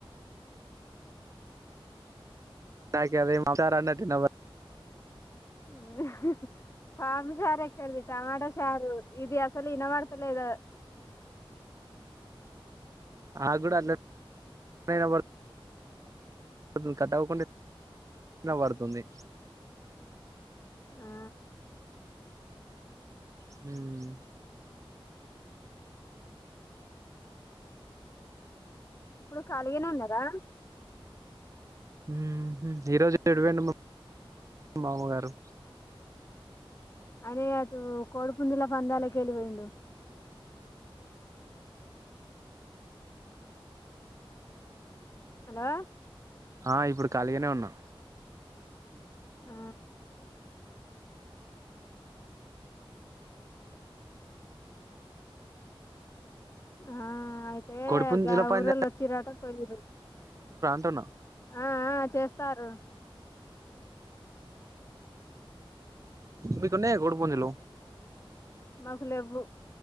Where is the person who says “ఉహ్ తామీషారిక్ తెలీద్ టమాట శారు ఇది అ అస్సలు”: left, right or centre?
Left